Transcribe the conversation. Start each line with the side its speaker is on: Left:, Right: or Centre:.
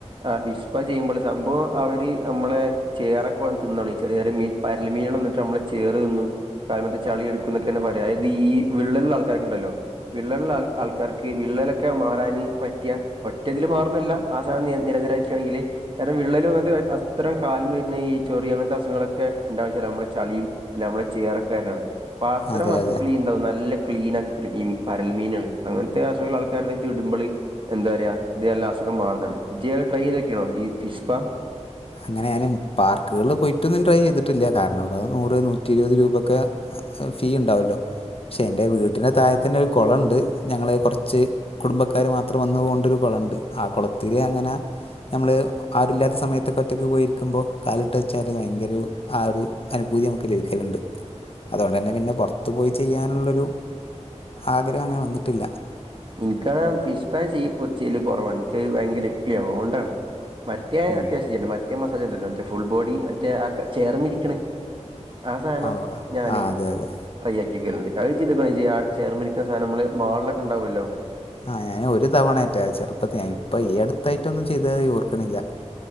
Right: ആഹ് ഫിഷ്പാ ചെയ്യുമ്പോള് സംഭവം അവര് നമ്മളെ ചേറൊക്കെൽത്ല് തിന്നാണ് ചെറിയ ചെറിയ മീൻ പര്ല് മീന്കളെ തിന്നിട്ട് നമ്മളെ ചേറ് തിന്നും കാല്‌മേ ഇത് ചളി എടുക്കൂന്നൊക്കെ ആണ് പറയാ. അതായത് ഈ വിള്ളലുള്ള ആൾക്കാരൊക്ക ഉണ്ടല്ലോ വിള്ളലുള്ള ആൾ ആൾക്കാർക്ക് വിള്ളലക്കെ മാറാന് പറ്റിയ ഒറ്റതില് മാറുംന്നല്ല ആ സാധനം നിയ നിരന്തരം വച്ചാണെങ്കില് കാരണം വിള്ളലും അത് ആയ് അസ്‌ത്രം കാലുമേ പിന്നയീ ചൊറി അങ്ങനത്ത അസുഖങ്ങളക്കെ ഉണ്ടാവ് ന്ന്ച്ചാല് നമ്മള് ചളിയും അല്ല നമ്മള ചേറക്കാരനാണ് അപ്പ അത്തരം
Left: അതെ
Right: വസ്തുക്കളീ
Left: അതെ
Right: ഉണ്ടാവും നല്ല ക്ലീൻ ആക്കി ഈ മീ പരൽമീനാണ് അങ്ങനത്തെ അസുഖങ്ങള് ആൾക്കാരെ ദേഹത്ത് ഇടുമ്പള് എന്താ പറയാ ഇതെല്ലാം അസുഖം മാറുന്നതാണ് ഇജ്ജ് ആ ട്രൈ ചെയ്തക്കണോ ഈ ഫിഷ് പാ
Left: അങ്ങനെ ഞാനും പാർക്കുകളില് പോയിട്ടൊന്നും ട്രൈ ചെയ്തിട്ടില്ല കാരണം അവിടെ നൂറ് നൂറ്റി ഇരുപത് രൂപ ഒക്കെ ഫീ ഉണ്ടാവല്ലോ പക്ഷേ എൻ്റെ വീട്ടിൻ്റെ താഴെ തന്നെ ഒരു കൊളം ഒണ്ട് ഞങ്ങള് കൊറച്ച് കുടുംബക്കാര് മാത്രം വന്നു പോണൊണ്ടൊരു കൊളം ഒണ്ട് ആ കൊളത്തില് അങ്ങന ഞമ്മള് ആരുല്ലാത്ത സമയത്ത് ഒറ്റക്ക് ഒറ്റക്ക് പോയിരിക്കുമ്പോ കാലിട്ട് വെച്ചാല് ഭയങ്കര ആ ഒരു അനുഭൂതി നമുക്ക് ലഭിക്കലുണ്ട് അതോണ്ട് തന്നെ പിന്നെ പൊറത്ത് പോയി ചെയ്യാനുള്ളൊരു ആഗ്രഹം അങ്ങനെ വന്നിട്ടില്ല
Right: എനിക്കാണേ ഫിഷ് പാൻ ചെയ്യ്പ്പോ ചെയ്യല് കൊറവാണ്. എനിക്ക് ഭയങ്കര ഇക്ക്ളിയാവും അതോണ്ടാണ് മറ്റേ
Left: ഉം
Right: അത്യാവശ്യം ചെല്ലും മറ്റേ മസാജ് ഉണ്ടല്ലോ മറ്റേ ഫുൾ ബോഡി മറ്റേ ആ ക ചെയർമ്മേ ഇരിക്കണേ ആ സാധനം
Left: ഓ
Right: ഞാന്
Left: ആ അതെ അതെ
Right: ട്രൈ ആക്കിക്കണ്ട് അത് ചെയ്ത് <unintelligible> ചെയ്യാൻ ചേയർമ്മേ ഇരിക്കണ സാനം നമ്മള് മാളിലൊക്കെ ഉണ്ടാവുല്ലോ
Left: ആഹ് ഞാന് ഒരു തവണയറ്റാ ചെറുപ്പത്തി ഞാൻ ഇപ്പൊ ഈ അടുത്തായിറ്റൊന്നും ചെയ്തതായ് ഓർക്കണില്ല